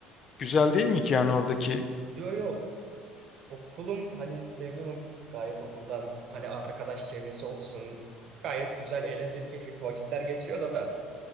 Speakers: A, on the left; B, on the right.
A: güzel değil mi ki yani oradaki?
B: Yo yo okulum hani memnunum gayet okuldan hani arkadaş çevresi olsun. Gayet güzel eğlenceli keyifli vakitler geçiyor da.